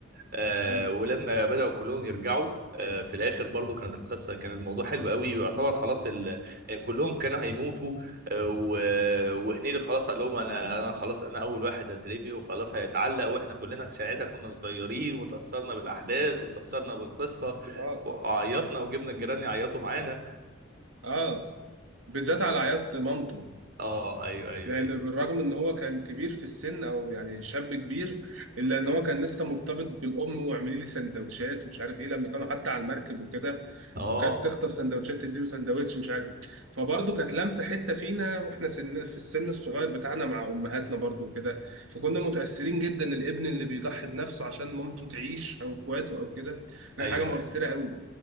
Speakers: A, on the right; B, on the right.
A: آه
B: مم.
A: ولما بدأوا كلهم يرجعوا آه في الآخر برضو كانت القصة كان الموضوع حلو قوي ويعتبر خلاص ال... يعني كلهم كانوا هيموتوا آه و... وهنيدي خلاص قال لهم أنا أنا خلاص أنا أول واحد هترمي وخلاص هيتعلق وإحنا كلنا ساعتها كنا صغيرين وتأثرنا بالأحداث وتأثرنا بالقصة
B: اه
A: وعيطنا
B: اه
A: وجبنا الجيران يعيطوا معانا
B: اه بالذات على عياط مامته
A: آه أيوه أيوه
B: لان
A: أيوه
B: بالرغم ان هو كان كبير في السن او يعني شاب كبير الا ان هو كان لسه مرتبط بالام واعملي لي سندوتشات ومش عارف ايه لما كانوا حتى على المركب وكده
A: آه
B: وكانت تخطف سندوتشات تديله سندوتش مش عارف فبرضه كانت لامسه حته فينا واحنا سن في السن الصغير بتاعنا مع امهاتنا برضه وكده فكنا متاثرين جدا الابن اللي بيضحي بنفسه عشان مامته تعيش او اخواته او كده كان
A: أيوه
B: حاجه مؤثره
A: أيوه
B: قوي